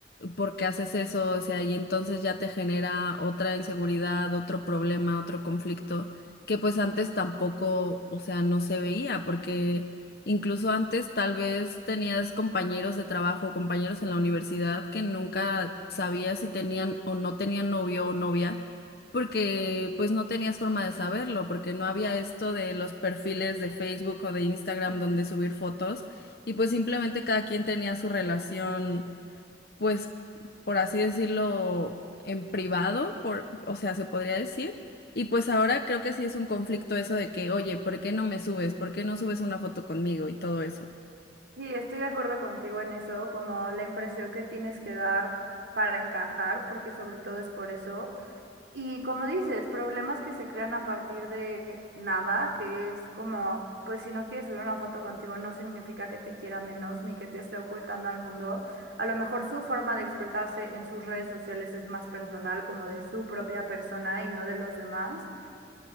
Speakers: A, on the left; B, on the right.
A: ¿Por qué haces eso? O sea, y entonces ya te genera otra inseguridad, otro problema, otro conflicto, que pues antes tampoco, o sea, no se veía, porque incluso antes tal vez tenías compañeros de trabajo, compañeros en la universidad que nunca sabías si tenían o no tenían novio o novia, porque pues no tenías forma de saberlo, porque no había esto de los perfiles de Facebook o de Instagram
B: sí.
A: donde subir fotos, y pues simplemente cada quien tenía su relación pues, por así decirlo, en privado, por, o sea, se podría decir. Y pues ahora creo que sí es un conflicto eso de que, oye, ¿por qué no me subes? ¿Por qué no subes una foto conmigo? Y todo eso.
B: Sí, estoy de acuerdo contigo en eso, como la impresión que tienes que dar para encajar, porque sobre todo es por eso. Y como dices, problemas que se crean a partir de nada, que es como, pues si no quieres subir una foto contigo no significa que te quiera menos ni que te esté ocultando al mundo. A lo mejor su forma de expresarse en sus redes sociales es más personal, como de su propia persona y no de los demás.